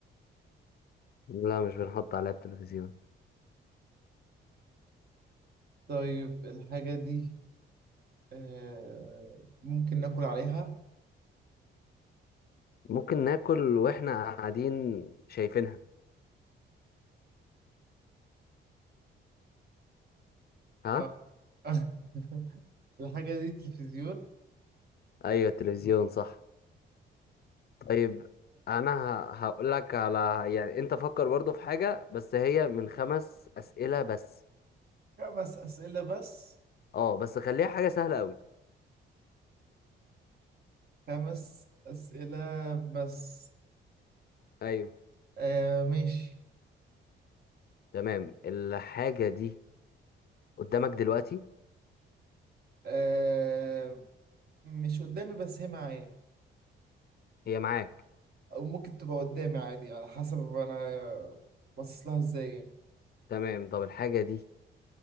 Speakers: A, on the left; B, on the right.
A: لا مش بنحط عليها التلفزيون
B: طيب الحاجة دي آه، ممكن ناكل عليها
A: ممكن ناكل واحنا قاعدين شايفينها ها
B: آه. <laughs> الحاجة دي تلفزيون
A: ايوه التلفزيون صح طيب انا هقول لك على يعني انت فكر برضو في حاجة بس هي من خمس اسئلة بس
B: خمس أسئلة بس
A: اه بس خليها حاجة سهلة قوي
B: خمس أسئلة بس
A: ايوه
B: آه ماشي
A: تمام الحاجة دي قدامك دلوقتي
B: آه مش قدامي بس هي معايا
A: هي معاك
B: او ممكن تبقى قدامي عادي على حسب انا باصص لها ازاي يعني
A: تمام طب الحاجة دي